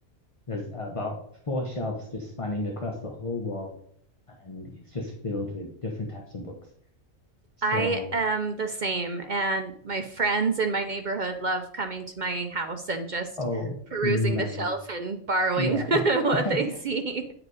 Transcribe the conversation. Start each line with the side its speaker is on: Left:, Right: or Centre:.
Left: There's about four shelves just spanning across the whole wall, and it's just filled with different types of books. So,
Right: I am the same. And my friends in my neighborhood love coming to my house and just
Left: oh,
Right: perusing
Left: mini library.
Right: the shelf and borrowing
Left: Yeah.
Right: <laughs> what
Left: <laughs>
Right: they see.